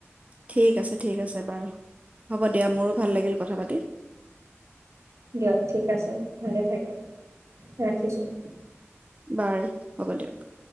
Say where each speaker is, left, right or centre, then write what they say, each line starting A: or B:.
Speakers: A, on the right; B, on the right.
A: ঠিক আছে, ঠিক আছে, বাৰু হ'ব দিয়া মোৰো ভাল লাগিল কথা পাতি।
B: দিয়ক ঠিক আছে, ভালে থাকিম, ৰাখিছোঁ।
A: বাৰু হ'ব দিয়ক।